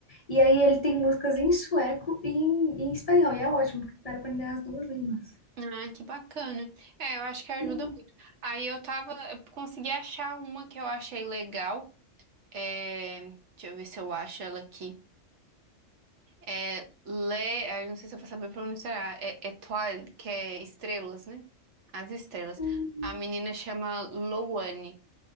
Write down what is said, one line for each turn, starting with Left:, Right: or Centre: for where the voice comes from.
Left: E aí ele tem músicas em sueco e em, em espanhol, e é ótimo, porque eu quero aprender as duas línguas.
Right: Ah, que bacana. É, eu acho que ajuda
Left: Sim,
Right: muito. Aí eu tava. Eu consegui achar uma que eu achei legal. É... Deixa eu ver se eu acho ela aqui. É, Le, ah, eu não sei se eu vou saber pronunciar. É, é que é estrelas, né? As estrelas.
Left: hum,
Right: A menina chama Loane.